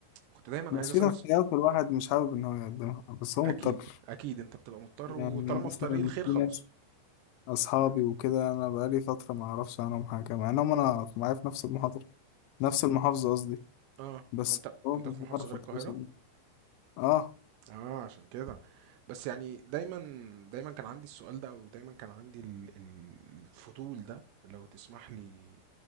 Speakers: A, on the right; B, on the left.
A: كنت دايما
B: بس
A: عايز اسال
B: في تضحيات الواحد مش حابب إن هو يقدمها بس هو
A: اكيد
B: مضطر
A: اكيد انت بتبقى مضطر
B: يعني
A: وطالما
B: مثلا
A: في طريق الخير
B: في
A: خلاص
B: ناس أصحابي وكده أنا بقالي فترة ما أعرفش عنهم حاجة مع إنهم أنا معايا في نفس المحاضرة نفس المحافظة قصدي
A: اه
B: بس
A: لو انت
B: هو
A: انت
B: مش
A: في
B: بعرف
A: محافظة غير
B: أتواصل
A: القاهرة
B: آه
A: اه عشان كده بس يعني دايما دايما كان عندي السؤال ده او دايما كان عندي ال- ال- الفضول ده لو تسمح لي